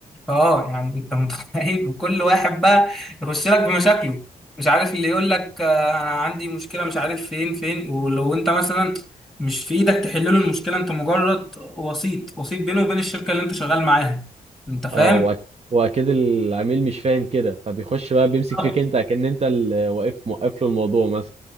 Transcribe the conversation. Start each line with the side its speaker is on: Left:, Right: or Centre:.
Centre: آه، يعني انت متخيل <laughs> وكل واحد بقى يخش لك بمشاكله مش عارف اللي يقول لك آه، انا عندي مشكله مش عارف فين فين ولو انت مثلا مش في ايدك تحل له المشكله انت مجرد وسيط وسيط بينه وبين الشركه اللي انت شغال معاها انت فاهم؟
Right: اه وأك- واكيد العميل مش فاهم كده فبيخش بقى بيمسك
Centre: بالظبط
Right: فيك انت كأن انت اللي واقف موقف له الموضوع مثلا